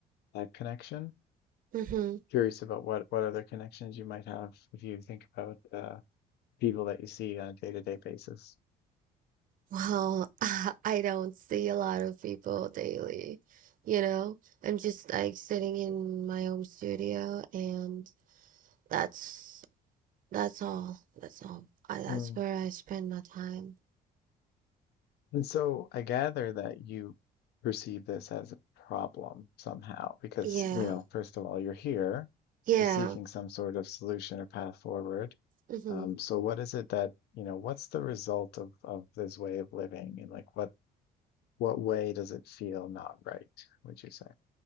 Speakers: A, on the left; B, on the right.
A: that connection.
B: Mm-hmm.
A: Curious about what what other connections you might have if you think about uh, people that you see on a day-to-day basis.
B: Well, <laughs> I don't see a lot of people daily. You know, I'm just like sitting in my home studio and that's that's all. That's all. I, that's
A: Hmm.
B: where I spend my time.
A: And so I gather that you perceive this as a problem somehow, because,
B: Yeah.
A: you know, first of all, you're here,
B: Yeah.
A: you're seeking some sort of solution or path forward.
B: hmm
A: Um, so what is it that, you know, what's the result of of this way of living and like what what way does it feel not right, would you say?